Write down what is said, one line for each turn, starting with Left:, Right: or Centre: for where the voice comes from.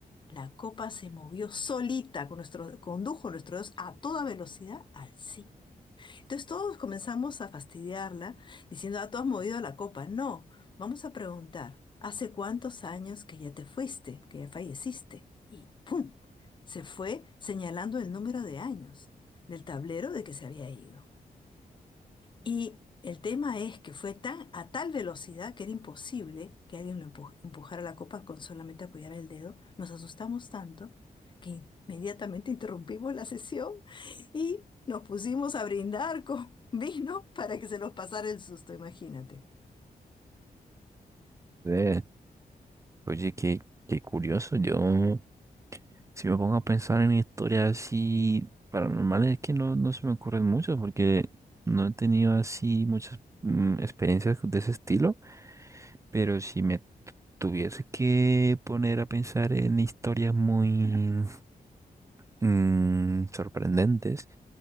Left: la copa se movió solita, con nuestro, condujo nuestros dedos a toda velocidad al sí. Entonces todos comenzamos a fastidiarla diciendo, ah, tú has movido la copa. No, vamos a preguntar, ¿hace cuántos años que ya te fuiste, que ya falleciste? Y ¡pum! Se fue señalando el número de años del tablero de que se había ido. Y el tema es que fue tan, a tal velocidad que era imposible que alguien lo empu- empujara la copa con solamente apoyar el dedo. Nos asustamos tanto que inmediatamente interrumpimos la sesión y nos pusimos a brindar con <laughs> vino para que se nos pasara el susto, imagínate.
Right: Eh, oye, qué, qué curioso. Yo, si me pongo a pensar en historias así paranormales, es que no, no se me ocurren muchas porque no he tenido así muchas mm, experiencias de ese estilo. Pero si me tu- tuviese que poner a pensar en historias muy mm, sorprendentes,